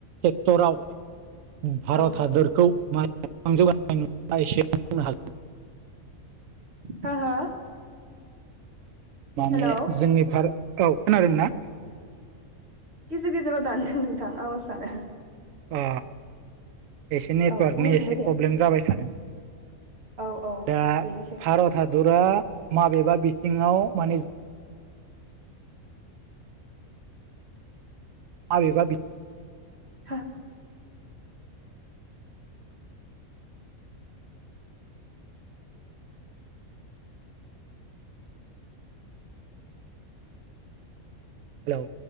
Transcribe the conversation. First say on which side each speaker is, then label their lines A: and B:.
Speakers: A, on the right; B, on the right.
A: सेक्टराव- भारत
B: औ
A: हादरखौ बेसे जौगानो हांखो बुंनो हागोन -
B: हो--हो
A: माने
B: हेल'
A: जोंनि भारतखौ खोनादोंना-
B: गेजेर गेजेराव दानदों
A: हेलौ
B: नोंथां आवज जानो-
A: अ एसे नेटवार्कनि
B: औ बुंफिनदो
A: एसे
B: दे
A: प्रब्लेम जाबाय थादों-
B: औ औ
A: दा
B: बेनोसै
A: भारत हादरा माबेबा बिथिंङाव माने- अबेबा बिथिं-
B: हा-
A: हेल'